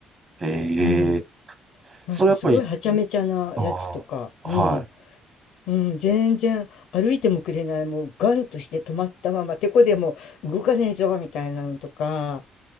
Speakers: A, on the right (about 30°); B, on the left (about 75°).
A: ええ
B: うん、なんかすごいはちゃめちゃなやつとか、
A: それやっぱり、ああ、
B: うん、
A: はい。
B: うん、全然歩いてもくれない、もうガンとして止まったまま、てこでも動かねえぞみたいなのとか、